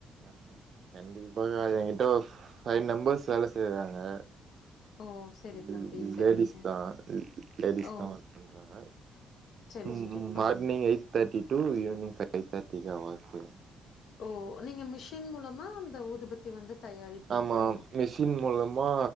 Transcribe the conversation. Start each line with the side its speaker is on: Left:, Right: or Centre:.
Right: ஆமா கண்டிப்பா எகிட்ட ஒரு ஃபைவ் மெம்பர்ஸ் வேல செய்றாங்க
Left: ஓ! சரி தம்பி,
Right: ல்
Left: சரிங்க.
Right: லேடிஸ் தா ல் லேடிஸ்
Left: ஓ!
Right: தா பண்றாங்க
Left: சரி,
Right: ம்
Left: சரிப்பா.
Right: ம் Morning eight thirty to evening five thirty தா அவங்க வேல் செய்றாங்
Left: ஓ நீங்க மிஷின் மூலமா அந்த ஊதுபத்தி வந்து தயாரிப்பீங்களோ?
Right: ஆமா மிஷின் மூலமா